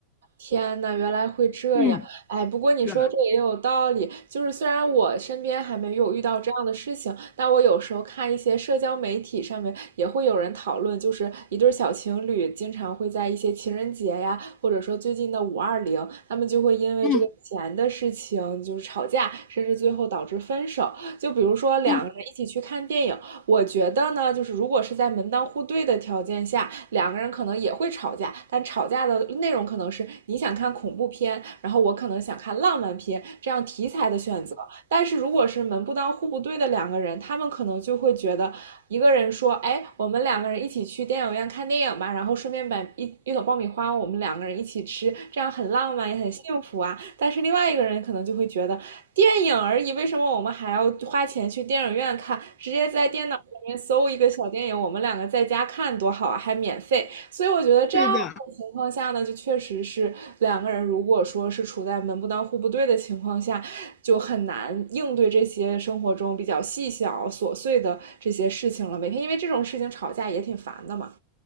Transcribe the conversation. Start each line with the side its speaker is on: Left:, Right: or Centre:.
Right: 天呐，原来会这样！
Left: 嗯，
Right: 哎，不过你说这也有道理，
Left: 对了，
Right: 就是虽然我身边还没有遇到这样的事情，但我有时候看一些社交媒体上面也会有人讨论，就是一对小情侣经常会在一些情人节呀，或者说最近的五二零，他们就会因为这个钱的事情就是吵架，
Left: 嗯
Right: 甚至最后导致分手。就比如说两个人一起去看电影，
Left: 嗯，
Right: 我觉得呢，就是如果是在门当户对的条件下，两个人可能也会吵架，但吵架的内容可能是你想看恐怖片，然后我可能想看浪漫片这样题材的选择。但是如果是门不当户不对的两个人，他们可能就会觉得一个人说，哎，我们两个人一起去电影院看电影吧，然后顺便买一一桶爆米花，我们两个人一起吃，这样很浪漫也很幸福啊。但是另外一个人可能就会觉得，电影而已，为什么我们还要花钱去电影院看？直接在电脑里面搜一个小电影，我们两个在家看多好啊，还免费。所以我觉得这样的情况下呢，
Left: 对的。
Right: 就确实是两个人如果说是处在门不当户不对的情况下，就很难应对这些生活中比较细小琐碎的这些事情了。每天因为这种事情吵架也挺烦的嘛。